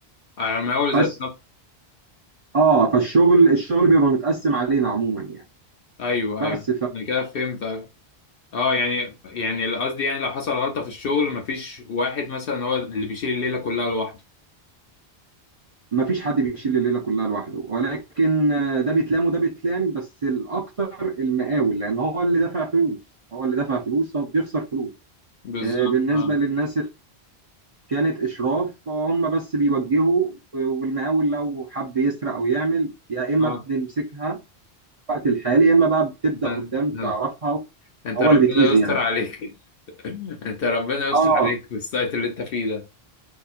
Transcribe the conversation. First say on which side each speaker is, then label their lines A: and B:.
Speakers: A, on the left; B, on the right.
A: على المقاول
B: بس
A: ذات
B: اه فالشغل الشغل بيبقى متقسم علينا عموما يعني
A: ايوه
B: بس
A: ايوه
B: فما
A: انا كده فهمت أيوه. اه يعني يعني قصدي يعني لو حصل غلطه في الشغل مفيش واحد مثلا هو اللي بيشيل الليله كلها لوحده
B: فيش حد بيشيل الليله كلها لوحده ولكن آه، ده بيتلام وده بيتلام بس الاكتر المقاول لان هو اللي دافع فلوس هو اللي دافع فلوس فبيخسر فلوس
A: بالظبط
B: آه، بالنسبه
A: اه
B: للناس كانت اشراف هم بس بيوجهوا والمقاول لو حب يسرق او يعمل يا اما
A: اه
B: بنمسكها في الوقت الحالي يا اما بقى بتبدا
A: ده
B: قدام تعرفها
A: ده انت
B: هو
A: ربنا
B: اللي بيتاذي
A: يستر
B: يعني
A: عليك <laughs> انت ربنا يستر
B: اه
A: عليك في السايت اللي انت فيه ده